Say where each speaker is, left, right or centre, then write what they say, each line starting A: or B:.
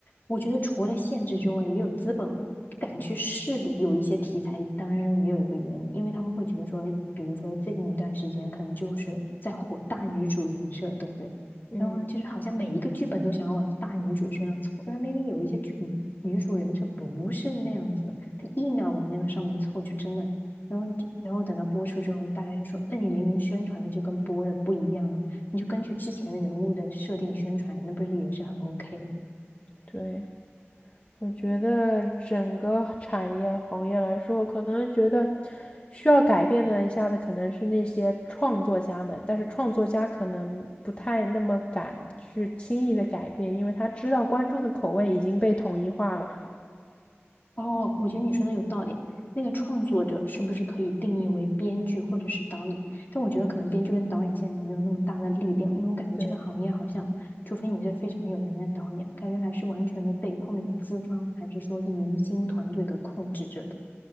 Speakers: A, on the left; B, on the left.
A: 我觉得除了限制之外，也有资本不敢去试有一些题材，当然也有一个原因，因为他们会觉得说，比如说最近一段时间可能就是在火大女主人设，对不对？
B: 嗯，
A: 然后呢，就是好像每一个剧本都想要往大女主身上凑，然后明明有一些剧女主人设不是那样子的，她硬要往那个上面凑，就真的，然后然后等到播出之后，大家就说，那你明明宣传的就跟播的不一样啊。你就根据之前人物的设定宣传，那不是也是很 OK 的吗？
B: 对。我觉得整个产业行业来说，可能觉得需要改变的一下子可能是那些创作家们，但是创作家可能不太那么敢去轻易的改变，因为他知道观众的口味已经被统一化了。
A: 哦，我觉得你说的有道理。那个创作者是不是可以定义为编剧或者是导演？但我觉得可能编剧跟导演现在也没有那么大的力量，因为我感觉这个行业好像，
B: 对
A: 除非你是非常有名的导演，感觉还是完全的被后面的资方还是说是明星团队给控制着的。